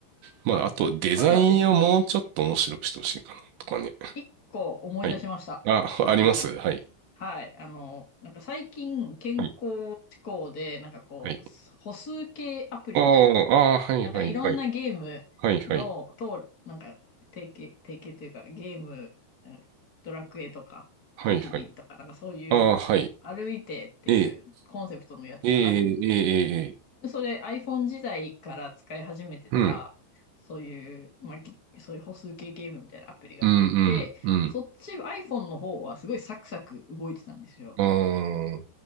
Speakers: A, on the right; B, on the left.
A: まあ、
B: あ、
A: あとデザインをもうちょっと面白くしてほしいかな、
B: ただですね、
A: とかね。
B: 一個思い出しました。
A: はい。あ、
B: あの、
A: あります。はい。
B: はい。あの、なんか最近健康志向で、
A: はい。
B: なんかこう、
A: はい。
B: 歩数計アプリみたいな。
A: ああ、ああ、はい、
B: なんかいろんなゲームの、
A: はい、はい。はい、はい。
B: と、なんか提携、提携というかゲーム、うんドラクエとか、
A: はい、
B: ピクミンとか、
A: はい。
B: なんかそういう歩いてっていうコンセプトのやつがあるん
A: ああ、はい。ええ、ええ、ええ、ええ。ええ
B: でそれ iPhone 時代から使い始めてた、
A: うん。
B: そういう、まあ、ぎそういう歩数計ゲームみたいなアプリがあって、
A: うん、うん、
B: そっち iPhone の方はすごいサクサク動いてたんですよ。
A: うん。ああ。